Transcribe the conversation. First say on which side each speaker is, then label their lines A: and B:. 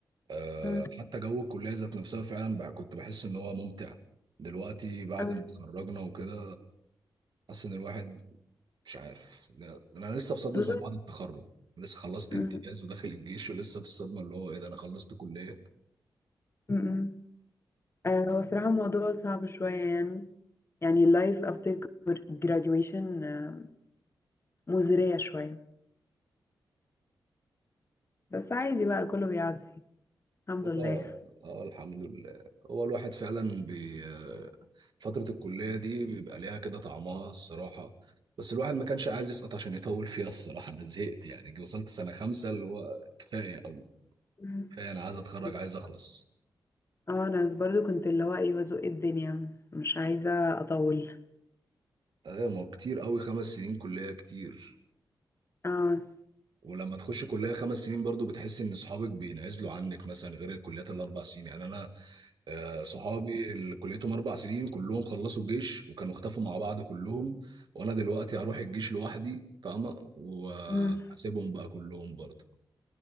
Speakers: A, on the right; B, on the left.
A: آه
B: مم.
A: حتى جو الكليه ذات نفسها فعلا بقى كنت بحس ان هو ممتع دلوقتي بعد
B: مم.
A: ما اتخرجنا وكده حاسس ان الواحد مش عارف لا، انا لسه في صدمه
B: خصوصا
A: بعد التخرج لسه خلصت
B: مم.
A: امتياز وداخل الجيش ولسه في الصدمه اللي هو ايه ده انا خلصت كليه
B: مم. آه، هو صراحة الموضوع صعب شوية يعني يعني life after graduation آه، مزرية شوية بس عادي بقى كله بيعدي الحمد
A: اه
B: لله
A: اه الحمد لله هو الواحد فعلا بي آه، فترة الكلية دي بيبقى ليها كده طعمها الصراحة بس الواحد ما كانش عايز يسقط عشان يطول فيها الصراحة أنا زهقت يعني جي- وصلت سنة خمسة اللي هو كفاية أوي
B: مم.
A: كفاية أنا عايز أتخرج
B: بس-
A: عايز أخلص
B: اه انا برضو كنت اللي هو ايه بزق الدنيا مش عايزة اطول
A: أيوة ما هو كتير أوي خمس سنين كلية كتير
B: اه
A: ولما تخش كلية خمس سنين برضو بتحس ان اصحابك بينعزلوا عنك مثلا غير الكليات الاربع سنين يعني انا آه، صحابي اللي كليتهم اربع سنين كلهم خلصوا جيش وكانوا اختفوا مع بعض كلهم وانا دلوقتي هروح الجيش لوحدي فاهمة واسيبهم
B: مم.
A: بقى كلهم برضو